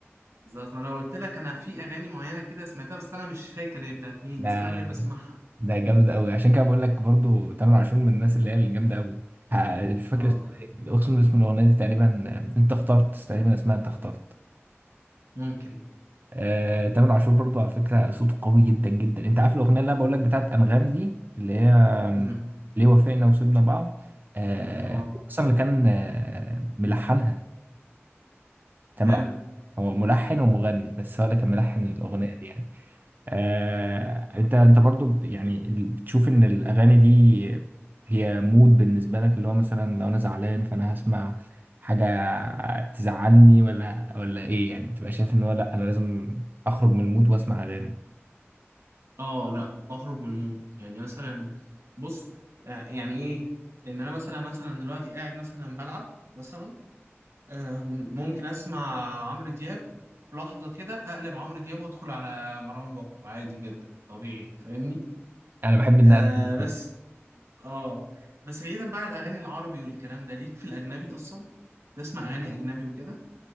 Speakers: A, on the right; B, on the right.
A: بالظبط ما انا قلت لك انا في اغاني معينه كده سمعتها بس انا مش فاكر هي بتاعت مين
B: ده
A: بس انا بحب اسمعها
B: ده جامد قوي عشان كده بقول لك برضو تامر عاشور من الناس اللي هي الجامده قوي ه- مش فاكر
A: اه
B: اسمها ايه اقسم اسم الاغنيه دي تقريبا آه، انت اخترت تقريبا اسمها انت اخترت
A: ممكن
B: آه، تامر عاشور برضو على فكرة صوته قوي جدا جدا انت عارف الأغنية اللي انا بقول لك بتاعت أنغام دي اللي هي آم،
A: امم
B: ليه وافقنا وسيبنا بعض آه،
A: اه
B: هو اصلا اللي كان آه، ملحنها تامر
A: حلو
B: عاشور هو ملحن ومغني بس هو اللي كان ملحن الأغنية دي يعني آه، انت انت برضو بت- يعني ال- بتشوف ان الاغاني دي هي مود بالنسبه لك اللي هو مثلا لو انا زعلان فانا هسمع حاجه تزعلني ولا ولا ايه يعني بتبقى شايف ان هو لا انا لازم اخرج من المود واسمع اغاني
A: اه لا بخرج من المود يعني مثلا بص آه، يعني ايه ان انا مثلا مثلا دلوقتي قاعد مثلا بلعب مثلا آه، ممكن اسمع عمرو دياب في لحظة كده اقلب عمرو دياب وادخل على مروان بابلو عادي جدا طبيعي فاهمني
B: انا بحب ان
A: آه
B: أقلب.
A: بس اه بس بعيدا بقى عن الاغاني العربي والكلام ده ليك في الاجنبي اصلا تسمع اغاني اجنبي وكده